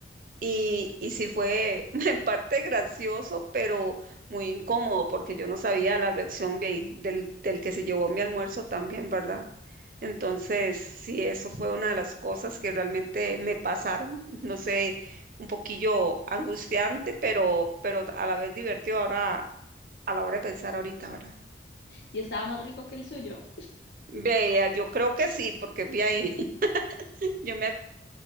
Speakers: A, on the right; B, on the left.
A: Y, y sí fue <laughs> en parte gracioso, pero muy incómodo, porque yo no sabía la reacción de- del, del que se llevó mi almuerzo también, ¿verdad? Entonces, sí, eso fue una de las cosas que realmente me pasaron, <laughs> no sé, un poquillo angustiante, pero, pero a la vez divertido ahora, a la hora de pensar ahorita, ¿verdad?
B: Y estaba más rico que el suyo.
A: Vea, yo creo que sí, porque vi ahí, <laughs> yo me